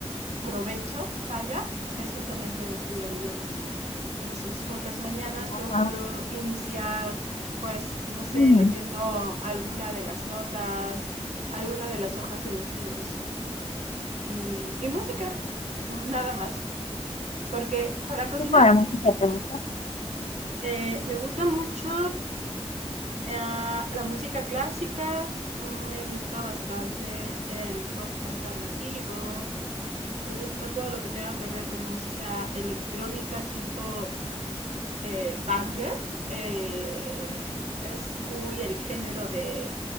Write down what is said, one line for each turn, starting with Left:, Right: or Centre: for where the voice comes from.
Right: provecho, vaya, es justamente estudiar idiomas. Entonces, por las mañanas
Left: ah,
Right: procuro iniciar, pues, no sé,
Left: mm,
Right: leyendo alguna de las notas, alguna de las hojas de los libros y, y música, nada más. Porque para cocinar
Left: ¿Qué tipo de música te gusta?
Right: eh, me gusta mucho eh, la música clásica, me gusta bastante el rock alternativo, me gusta todo lo que tenga que ver con música electrónica tipo eh, banger. eh, es muy el género de